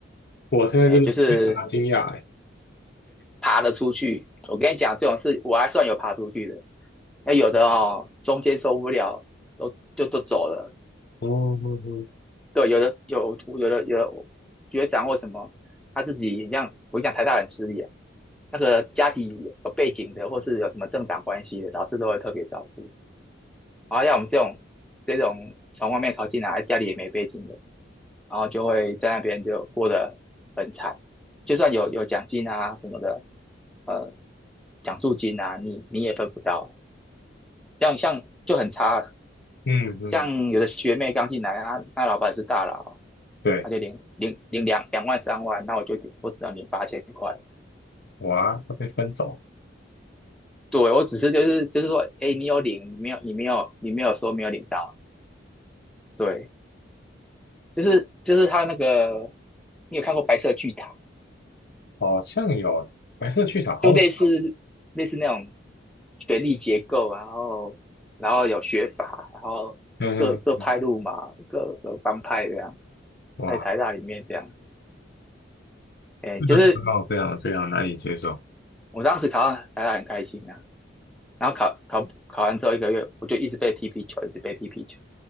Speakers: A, on the left; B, in the centre.
A: 我现在真的非常的惊讶哎。
B: 哎，就是。爬了出去。我跟你讲，这种事我还算有爬出去的。那有的哦，中间受不了，都就都走了。
A: 哦，嗯
B: 对，有的有有的有的学长或什么，他自己很像我跟你讲台大很势利啊那个家庭有背景的，或是有什么政党关系的，老师都会特别照顾。然后像我们这种这种从外面考进来，家里也没背景的，然后就会在那边就过得很惨。就算有有奖金啊什么的，呃，奖助金啊，你你也分不到，像像就很差，
A: 嗯，嗯
B: 像有的学妹刚进来啊，那老板是大佬，
A: 对，
B: 他就领领领两两万三万，那我就我只能领八千块。
A: 哇，他被分走，
B: 对，我只是就是就是说，哎，你有领，你没有，你没有，你没有说没有领到。对，就是就是他那个，你有看过《白色巨塔》
A: 好像有白色去小好耳熟。
B: 就类似类似那种学历结构啊然后然后有学法，然后各各派路嘛，
A: 嗯哼。
B: 各各帮派这样，
A: 哇，
B: 在台大里面这样，哎，
A: 这个让我非常非常难以接受。
B: 就是我当时考上台大很开心啊，然后考考考完之后一个月，我就一直被踢皮球，一直被踢皮球，